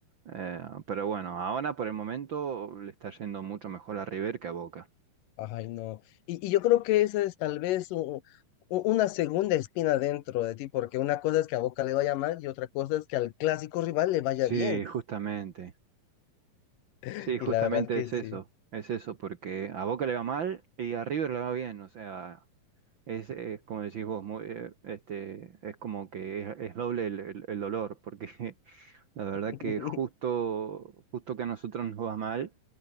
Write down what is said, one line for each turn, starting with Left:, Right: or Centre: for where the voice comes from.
Right: eh, pero bueno, ahora por el momento le está yendo mucho mejor a River que a Boca.
Left: Ay, no. Y, y yo creo que esa es tal vez u- u- una segunda espina dentro de ti, porque una cosa es que a Boca le vaya mal y otra cosa es que al clásico rival le vaya
Right: Sí,
Left: bien.
Right: justamente.
Left: <laughs>
Right: Sí, justamente
Left: Y la verdad que
Right: es
Left: sí.
Right: eso. Es eso, porque a Boca le va mal y a River le va bien. O sea, Es, eh, como decís vos, muy, eh, este, es como que es, es doble el, el- el dolor, porque <laughs> la verdad
Left: <laughs>
Right: que justo, justo que a nosotros nos va mal,